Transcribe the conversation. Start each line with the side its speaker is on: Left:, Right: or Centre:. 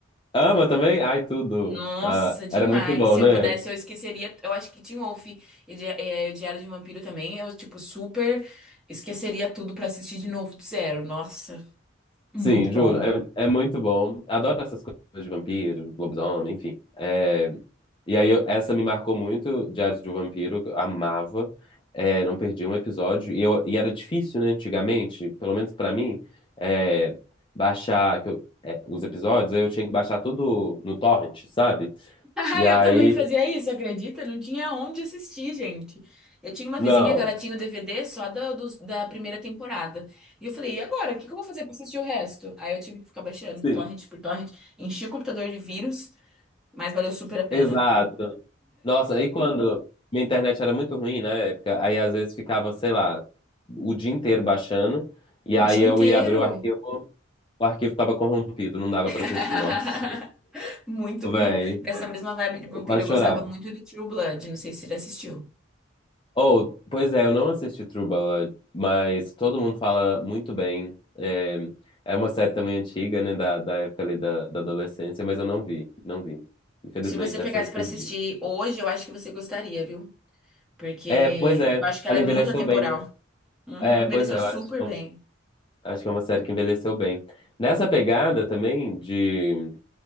Left: Ama também? Ai, tudo.
Centre: Nossa,
Left: Ah,
Centre: demais.
Left: era muito bom,
Centre: Se eu
Left: né?
Centre: pudesse, eu esqueceria. Eu acho que Teen Wolf e Di- eh, Diário de um Vampiro também. Eu, tipo, super esqueceria tudo pra assistir de novo do zero. Nossa, muito
Left: Sim,
Centre: bom.
Left: juro. É,
Centre: <laughs>
Left: é muito bom. Adoro essas coisas de vampiro, lobisomem, enfim. É, E aí, eu- essa me marcou muito, Diários de um Vampiro, que eu amava. É, não perdi um episódio. E, eu- e era difícil, né, antigamente, pelo menos pra mim, é, baixar que eu- é, os episódios. Aí eu tinha que baixar tudo no torrent, sabe?
Centre: Ah,
Left: E
Centre: eu
Left: aí,
Centre: também fazia isso, acredita? Não tinha onde assistir, gente. Eu tinha uma
Left: não.
Centre: vizinha que ela tinha o DVD só da, dos- da primeira temporada. E eu falei, e agora? O que que eu vou fazer pra assistir o resto? Aí eu tive que ficar baixando
Left: Sim,
Centre: torrent por torrent. Enchi o computador de vírus, mas valeu super a pena.
Left: exato. Nossa, aí quando minha internet era muito ruim na época, aí às vezes ficava, sei lá, o dia inteiro baixando, e
Centre: O
Left: aí
Centre: dia
Left: eu
Centre: inteiro.
Left: ia abrir o arquivo, o arquivo tava corrompido, não dava pra
Centre: <laughs>
Left: assistir. Nossa,
Centre: Muito ruim.
Left: velho,
Centre: Dessa mesma vibe de vampiro,
Left: eu quase
Centre: eu gostava
Left: chorava.
Centre: muito de True Blood. Não sei se você já assistiu.
Left: Oh, pois é, eu não assisti True Blood, mas todo mundo fala muito bem. É, é uma série também antiga, né, da, da época ali da, da adolescência, mas eu não vi, não vi. Infelizmente,
Centre: Se você pegasse
Left: essa eu perdi.
Centre: pra assistir hoje, eu acho que você gostaria, viu? Porque
Left: É, pois é,
Centre: eu acho que
Left: ela
Centre: ela é
Left: envelheceu
Centre: muito atemporal.
Left: bem, né?
Centre: Uhum,
Left: É,
Centre: envelheceu
Left: pois é, eu
Centre: super
Left: acho.
Centre: bem.
Left: Acho que é uma série que envelheceu bem. Nessa pegada também de,